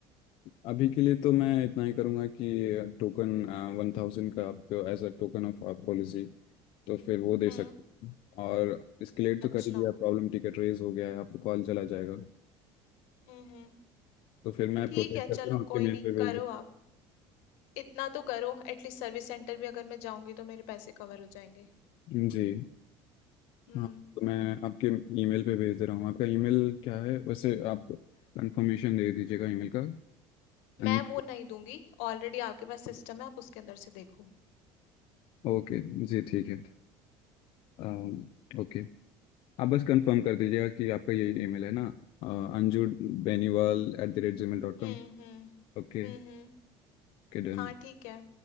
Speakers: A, on the left; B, on the left.
A: अभी के लिए तो मैं इतना ही करूँगा कि टोकन वन थाउजेंड का आपको एज अ टोकन ऑफ आप पॉलिसी तो फिर वो दे
B: हम्म
A: सकते हैं। और इसकेलेट तो
B: अच्छा
A: कर ही दिया प्रॉब्लम टिकट रेज हो गया है आपको कॉल चला जाएगा
B: हम्म हम्म
A: तो फिर मैं
B: ठीक
A: प्रोसेस
B: है चलो
A: करके ना आपके
B: कोई
A: मेल
B: नहीं
A: पे
B: करो
A: भेज
B: आप इतना तो करो एटलीस्ट सर्विस सेंटर भी अगर मैं जाऊंगी तो मेरे पैसे कवर हो जाएंगे
A: दूँ जी
B: हम्म
A: हाँ तो मैं आपके ईमेल पे भेज दे रहा हूँ आपका ईमेल क्या है वैसे आप कंफर्मेशन दे दीजिएगा ईमेल का अन-
B: मैं वो नहीं दूंगी ऑलरेडी आपके पास सिस्टम है आप उसके अंदर से देखो
A: ओके जी ठीक है अम, ओके आप बस कंफर्म कर दीजिएगा कि आपका ये ईमेल है ना अ, अंजू बेनीवाल एट द रेट जी मेल डॉट
B: हम्म
A: कॉम
B: हम्म
A: Okay
B: हम्म हम्म
A: Okay done
B: हाँ ठीक है